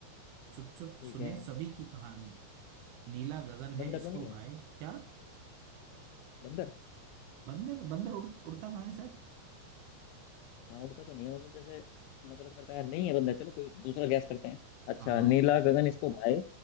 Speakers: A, on the right (about 85°); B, on the left (about 90°).
A: चुप चुप
B: ठीक
A: सुने
B: है
A: सभी की कहानी नीला गगन है
B: बंदर
A: इसको
B: तो नहीं है
A: भाए क्या
B: बंदर
A: बंदर बंदर उड़, उड़ता कहाँ है सर
B: हाँ उड़ता तो नहीं है मतलब जैसे नकल करता है नहीं है बंदर चलो कोई दूसरा गैस करते हैं अच्छा
A: हाँ
B: नीला गगन इसको भाए